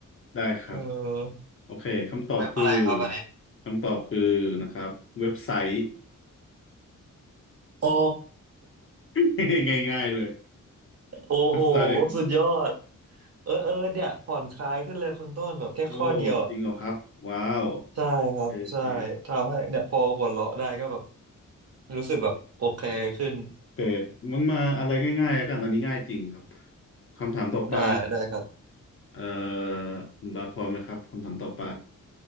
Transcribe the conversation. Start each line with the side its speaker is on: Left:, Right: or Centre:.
Left: ได้ครับ
Right: เออ
Left: โอเคคำตอบคือ
Right: เว็บอะไรครับอันนี้
Left: คำตอบคือนะครับเว็บไซต์
Right: อ๋อ
Left: <laughs> ง่ายๆเลย
Right: โอ้โห
Left: เว็บไซต์
Right: สุดยอดเออเออเนี่ยผ่อนคลายขึ้นเลยคุณต้นแบบแค่ข้อเดียวอะ
Left: โอ้จริงเหรอครับว้าว
Right: ใช่ครับใช่ทำให้เนี่ยพอหัวเราะได้ก็แบบ
Left: โอเคโอเค
Right: รู้สึกแบบโอเคขึ้น
Left: โอเคมันมาอะไรง่ายๆแล้วกันอันนี้ง่ายจริงครับคำถามต่อไป
Right: ได้ได้ครับ
Left: เอ่อคุณบาสพร้อมไหมครับคำถามต่อไป